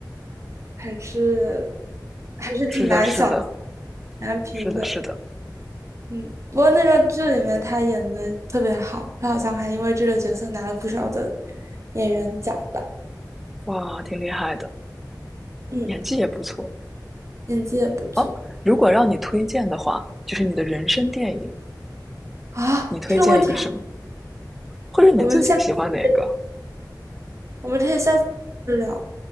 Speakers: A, on the right; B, in the centre.
A: 还是还是挺难想、
B: 是的，是的，
A: 挺难评的。
B: 是的，是的，
A: 嗯，不过那个剧里面他演的特别好，他好像还因为这个角色拿了不少的演员奖吧。
B: 哇，挺厉害的，
A: 嗯，
B: 演技也不错。
A: 演技也不错
B: 哦，如果让你推荐的话，就是你的人生电影，
A: 啊。
B: 你推荐一个什么，
A: 这个问题好，
B: 或者你最近喜欢哪个？
A: 我们下次我们可以下次再聊。